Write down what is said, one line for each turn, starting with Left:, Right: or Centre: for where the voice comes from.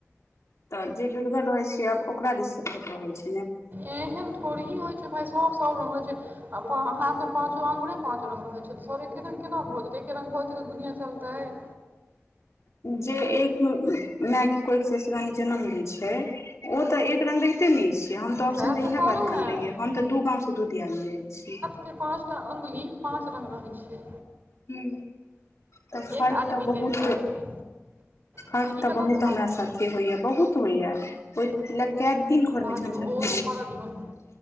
Left: तऽ जे लुड़िगर रहेय छैय, आब ओकरा दिस रहे छैय।
Right: एहन थोड़ही होइ छैय, भाय सब - सब रंग होइ छैय, आब हाँके पाँचों अंगूरे। पाँच रंग रहै छैय, सब एके रंग केना भऽ जेते एके रंग भऽ जेते तऽ दुनिया चलतैय।
Left: जे एक मेंए के कोइख से। <unintelligible> जनम दै छै ओ तऽ एक रंग रहिते ने छै। <unintelligible> हम तऽ ऑप्शन
Right: सएह
Left: मे इहे
Right: कहलहुँ
Left: बात कहने
Right: हेँ
Left: रहियै हम तऽ दू गांव सँ दू दियादनी एल छि।
Right: के पाँच टा अंगुली पांच रंग रहै छै।
Left: हूँ तऽ फर्क
Right: एक आदमीके
Left: तऽ बहुत।
Right: हाथके
Left: फर्क
Right: ई
Left: तऽ
Right: गलत
Left: बहुत हमरा
Right: बात भेलै
Left: साथे होइया, बहुत होइया ओय
Right: रहऽ
Left: ले केए दिन घरमे झग।
Right: दियौ ओ
Left: <unintelligible>
Right: करऽ दियौन